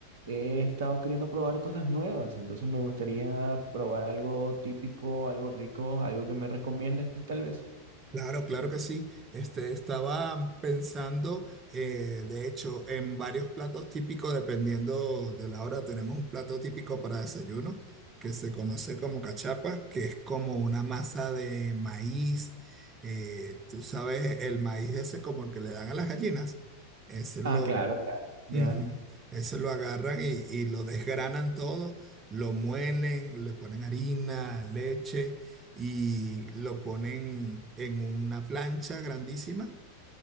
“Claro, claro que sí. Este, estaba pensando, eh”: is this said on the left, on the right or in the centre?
Right